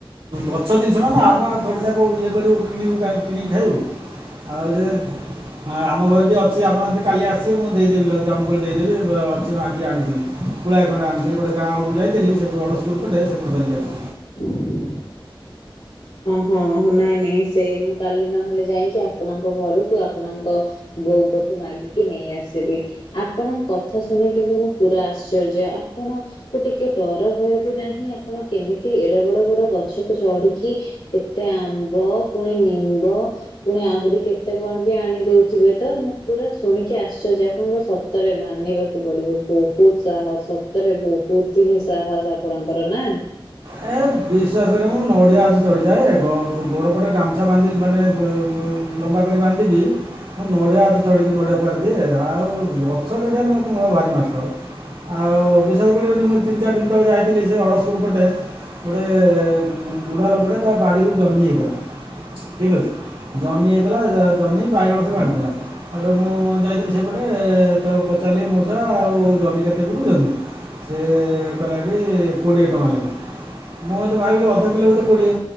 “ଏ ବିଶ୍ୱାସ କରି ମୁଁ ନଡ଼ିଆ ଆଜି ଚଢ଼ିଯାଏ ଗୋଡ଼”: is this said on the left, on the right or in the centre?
Right